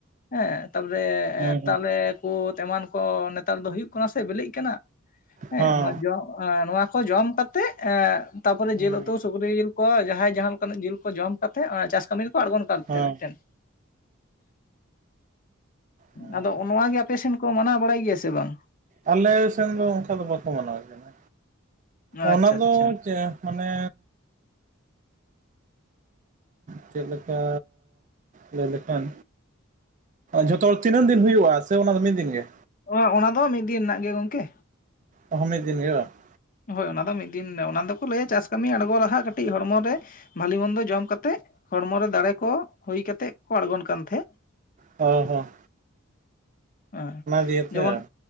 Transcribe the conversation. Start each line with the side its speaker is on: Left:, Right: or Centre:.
Left: ᱦᱮᱸ ᱾ ᱛᱟᱯᱚᱨᱮ
Right: ᱦᱮᱸ ᱦᱮᱸ
Left: ᱛᱟᱞᱮ, ᱠᱚᱫ ᱮᱢᱟᱱ ᱠᱚ ᱱᱮᱛᱟᱨ ᱫᱚ ᱦᱩᱭᱩᱜ ᱠᱟᱱᱟ ᱥᱮ ᱵᱮᱞᱤᱜ ᱠᱟᱱᱟ ᱦᱮᱸ
Right: ᱦᱚᱸ
Left: ᱱᱚᱣᱟ ᱡᱚᱢ ᱱᱚᱣᱟ ᱠᱚ ᱡᱚᱢ ᱠᱟᱛᱮ ᱮᱸᱜ ᱛᱟᱯᱚᱨᱮ
Right: ᱦᱮᱸ
Left: ᱡᱤᱞ ᱩᱛᱩ ᱥᱩᱠᱨᱤ ᱡᱤᱞ ᱠᱚ ᱡᱟᱦᱟᱸᱭ ᱡᱟᱦᱟᱸ ᱞᱮᱟᱱᱟᱜ ᱡᱮᱞ ᱡᱚᱢ ᱠᱟᱛᱮᱫ ᱚᱱᱟ ᱪᱟᱥ ᱠᱟᱹᱢᱤ ᱨᱮᱠᱚ ᱟᱬᱜᱚᱱ ᱠᱟᱱ
Right: ᱦᱚᱸ
Left: ᱛᱟᱦᱮᱸ ᱢᱮᱫ ᱴᱮᱱ ᱾
Right: ᱦᱮᱸ
Left: ᱟᱫᱚ ᱱᱚᱣᱟ ᱜᱮ ᱟᱯᱮ ᱥᱮᱱ ᱠᱚ ᱢᱟᱱᱟᱣ ᱵᱟᱲᱟᱭ ᱜᱮᱭᱟ ᱥᱮ ᱵᱟᱝ?
Right: ᱟᱞᱮ ᱥᱮᱱ ᱫᱚ ᱚᱱᱠᱟ ᱫᱚ ᱵᱟᱠᱚ ᱢᱟᱱᱟᱣ ᱠᱮᱱᱟ ᱚᱱᱟ
Left: ᱟᱪᱪᱷᱟ
Right: ᱫᱚ
Left: ᱟᱪᱪᱷᱟ
Right: ᱪᱮᱫ ᱢᱟᱱᱮ ᱪᱮᱫ ᱞᱮᱠᱟ ᱞᱟᱹᱭ ᱞᱮᱠᱷᱟᱱ ᱡᱷᱚᱛᱚ ᱦᱚᱲ ᱛᱤᱱᱟᱹᱜ ᱫᱤᱱ ᱦᱩᱭᱩᱜ-ᱟ? ᱥᱮ ᱚᱱᱟ ᱫᱚ ᱢᱤᱫ ᱫᱤᱱ ᱜᱮ?
Left: ᱚ ᱚᱱᱟ ᱫᱚ ᱢᱤᱫ ᱫᱤᱱ ᱨᱮᱱᱟᱜ ᱜᱮ ᱜᱚᱝᱠᱮ᱾
Right: ᱚᱦᱚ ᱢᱤᱫ ᱫᱤᱱ ᱜᱮ ᱵᱟ ᱾
Left: ᱦᱳᱭ ᱚᱱᱟ ᱫᱚ ᱢᱤᱫ ᱫᱤᱱ ᱚᱱᱟ ᱫᱚᱠᱚ ᱞᱟᱹᱭᱟ ᱪᱟᱥ ᱠᱟᱹᱢᱤ ᱟᱬᱜᱚ ᱞᱟᱦᱟᱜ ᱠᱟᱹᱴᱤᱡ ᱦᱚᱲᱢᱚ ᱨᱮ ᱵᱷᱟᱞᱤ ᱢᱚᱱᱫᱚ ᱡᱚᱢ ᱠᱟᱛᱮᱫ ᱦᱚᱲᱢᱚᱨᱮ ᱫᱟᱲᱮ ᱠᱚ ᱦᱩᱭ ᱠᱟᱛᱮᱫ ᱠᱚ ᱟᱲᱜᱚᱱ ᱠᱟᱱ ᱛᱟᱦᱮᱸᱫ ᱾
Right: ᱦᱮᱸ ᱦᱮᱸ ᱺ
Left: ᱦᱮᱸ,
Right: ᱫᱤᱭᱮᱛᱮ
Left: ᱡᱮᱢᱚᱱ